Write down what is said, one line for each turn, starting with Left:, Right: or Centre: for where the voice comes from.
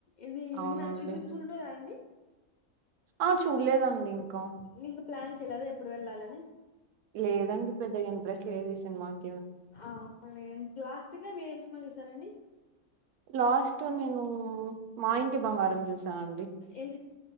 Left: ఇది
Right: అవునండి
Left: విన్న చుస్ పురుగల అండి?
Right: ఆ చూడలేదండి ఇంకా
Left: ని ఇంగ ప్లాన్ చేయలేద ఎప్పుడు వెళ్ళాలి అని?
Right: లేదండి పెద్దగ ఇంట్రెస్ట్ లేదు ఈ సిన్మాక్
Left: అవున్లే లాస్టుగా మీరు ఏం సినిమా చూసారండి.
Right: లాస్ట్ నేను మా ఇంటి బంగారం చూసి ఆ అండి
Left: ఏం